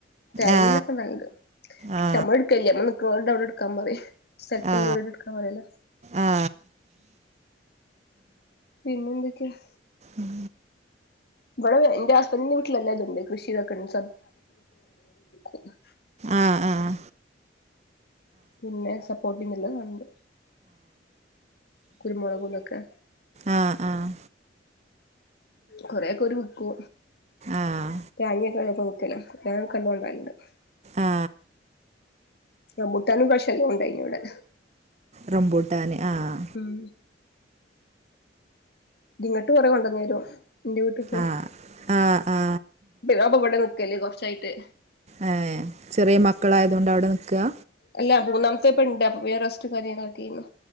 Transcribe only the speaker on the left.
തേങ്ങിൻതൊക്കെ
നല്ലണ്ട്
പക്ഷെ നമ്മളട്ക്കേല്യ നമ്മ നിക്ക്നോണ്ട് അവിടെ എടുക്കാൻ പറയാ സ്ഥലത്തുള്ളോലോട്
ക്ക പറയുന്നേ
പിന്നെന്തൊക്കെയാ?
ഇവടെ ന്റെ ഹസ്ബൻഡറിന്റെ വീട്ടിലെല്ലാതുണ്ട് കൃഷി തൊക്കെണ്ട് <unintelligible>
പിന്നെ സപ്പോർട്ട്ന്നുള്ള കണ്ട്. കുരുമുളകു തൊക്കെ.
കൊറേക്കൊരു വിക്കൂ.
<unintelligible>
റംബൂട്ടാനും ഇപ്പാശ്യല്ലോണ്ടായീന് വടെ.
ഉം. ഇങ്ങട്ട് കൊറേ കൊണ്ടന്നേരും ന്റെ വീട്ടിക്ക്
ഫിദാൻപ്പവിടെ നിക്കല് കൊർച്ചായിട്ട്.
അല്ല മൂന്നാമത്തെ ഇപ്പൊ ഇണ്ട് അപ്പ പിന്നെ റെസ്റ്റും കാര്യങ്ങളൊക്കേ നു